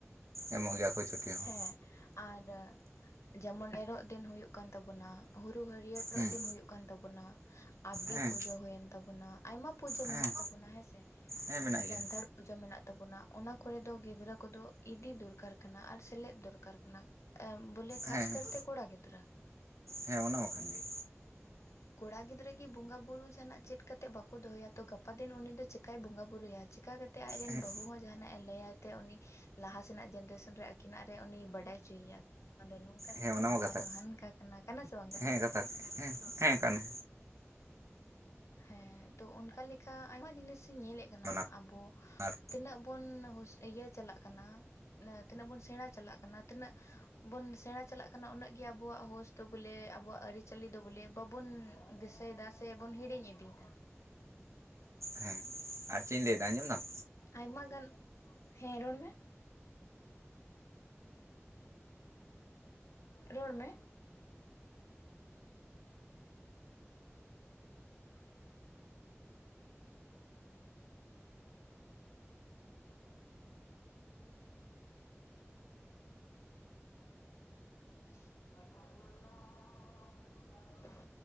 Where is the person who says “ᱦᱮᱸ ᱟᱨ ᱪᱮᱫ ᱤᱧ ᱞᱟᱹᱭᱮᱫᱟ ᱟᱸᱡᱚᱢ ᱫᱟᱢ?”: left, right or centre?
Right